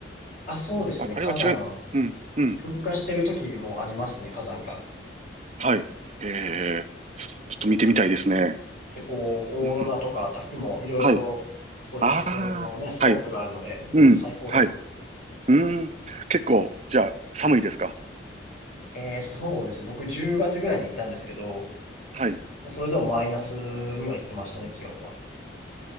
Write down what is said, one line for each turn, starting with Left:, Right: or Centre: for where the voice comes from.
Left: あ、そうですね。
Right: あ、あれは違い、
Left: 火山。
Right: うん、うん。
Left: 噴火してる時もありますね、火山が。
Right: はい。へえ。ちょっと見てみたいですね。
Left: で、こう、オーロラとか滝もいろいろ、
Right: うん。はい。
Left: そういう自然のね、
Right: ああ、
Left: スポットがあるので、
Right: はい。うん。
Left: もう最高ですね。
Right: はい。うん。結構、じゃあ、寒いですか
Left: えー、そうですね。僕10月ぐらいに行ったんですけど、
Right: はい。
Left: それでもマイナスには行ってましたね、気温は。